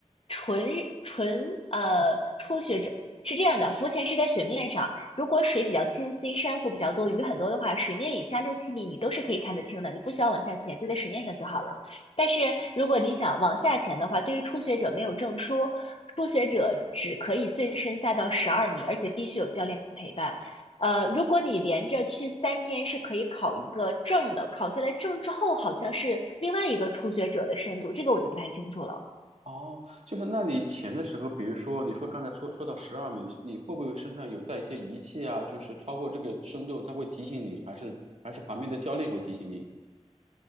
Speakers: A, on the left; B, on the right.
A: 纯纯呃初学者，是这样的，浮潜是在水面上，如果水比较清晰，珊瑚比较多，鱼很多的话，水面以下六七米你都是可以看得清的，你不需要往下潜，就在水面上就好了。但是如果你想往下潜的话，对于初学者没有证书，初学者只可以最深下到十二米，而且必须有教练陪伴。呃，如果你连着去三天是可以考一个证的，考下来证之后好像是另外一个初学者的深度，这个我就不太清楚了。
B: 哦，就是那你潜的时候，比如说你说刚才说说到十二米，你会不会身上有带一些仪器啊？就是超过这个深度，它会提醒你，还是还是旁边的教练会提醒你？